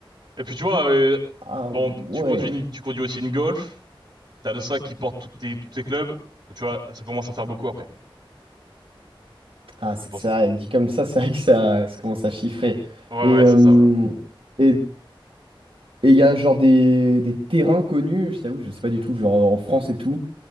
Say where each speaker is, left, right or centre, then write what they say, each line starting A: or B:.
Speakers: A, on the right; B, on the right.
A: Et puis tu vois, euh,
B: Ah
A: bon,
B: ouais.
A: tu conduis, une- tu conduis aussi une Golf, t'as le sac qui porte tous tes, tous tes clubs, tu vois, ça commence à faire beaucoup après.
B: Ah,
A: C'est
B: c'est
A: pour
B: c'est
A: ça.
B: vrai, dit comme ça, c'est vrai que ça, ça commence à chiffrer.
A: Ouais,
B: Et
A: ouais,
B: euh,
A: c'est ça, ouais.
B: et et il y a genre des, des terrains connus, je t'avoue, je sais pas du tout, genre en France et tout,